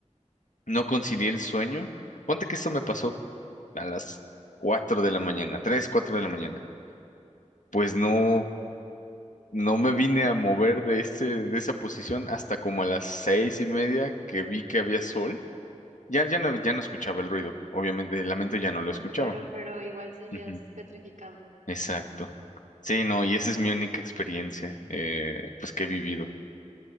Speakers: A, on the left (about 75°); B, on the right (about 90°).
A: no concilié el sueño. Ponte que esto me pasó a las 4 de la mañana, 3 4 de la mañana. Pues no, no me vine a mover de este, de esa posición hasta como a las seis y media que vi que había sol Ya, ya no, ya no escuchaba el ruido, obviamente, el lamento ya no lo escuchaba.
B: Claro, pero igual seguías
A: Ujú,
B: petrificado.
A: Exacto. Sí, no, y esa es mi única experiencia, eh, pues que he vivido.